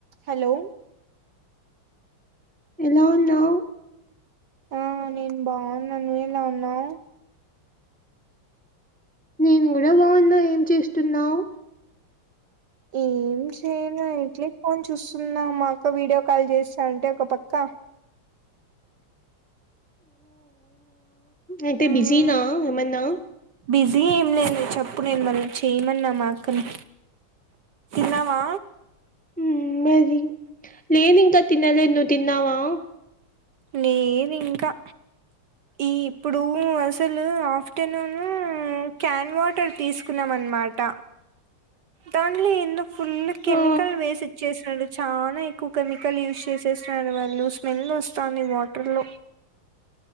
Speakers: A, on the right (about 60°); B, in the centre.
A: Hello
B: ఎలా ఉన్నావు?
A: ఆ నేను బావున్నా నువ్వెలా ఉన్నావు?
B: నేను కూడా బావున్నా, ఏం చేస్తున్నావు?
A: ఏం చేయను ఇట్లే ఫోన్ చూస్తున్నా మా అక్క వీడియో కాల్ చేస్తా అంటే ఒక పక్క
B: అంటే
A: మ్
B: బిజీనా ఏమన్నా?
A: బిజీ ఏం లేదు చెప్పు నేను మళ్ళీ చేయమన్న మాక్కని తిన్నావా?
B: ఉ మరి లేేనింకా తినలే నువ్ తిన్నావా?
A: లేదింకా ఈ ఇప్పుడు అసలు ఆఫ్టర్నూన్ క్యాన్ వా ట్ తీసుకున్నాం అనమాట దానిలో ఎందు ఫుల్ కెమికల్
B: ఆ!
A: వేసి ఇచ్చేసాడు. చానా ఎక్కువ కెమికల్ యూస్ చేసేస్తున్నాడు వాళ్ళు స్మెల్ వస్తాంది వాటర్ లో